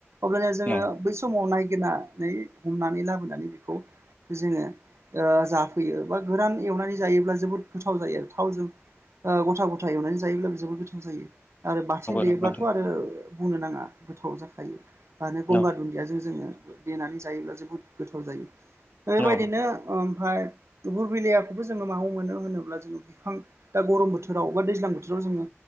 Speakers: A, on the right; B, on the left.
A: अब्लानिया
B: नंगौ
A: जोङो बै समाव नायगिरनानै हमनानै लाबोनानै बेखौ जोङो ओ जाफैयो बा गोरान एवनानै जायोब्ला जोबोद गोथाव जायो आरो थावजों ओ गथा गथा एवनानै जायोब्लाबो जोबोर गोथाव जायो। आरो बाथोन देयोब्लाथ'
B: नोंथां
A: आरो बुंनो नाङा गोथाव जाखायो। दानो गंगार
B: औ
A: दुन्दियाजों जोङो देनानै जायोब्ला जोबोद गोथाव जायो बेबायदिनो
B: औ नंगौ नोंथां औ
A: ओमफ्राय बुरबिलियाखौबो जोङो मायाव मोनो होनोब्ला जोङो बिफां दा गरम बोथोराव बा दैज्लां बोथोराव जोङो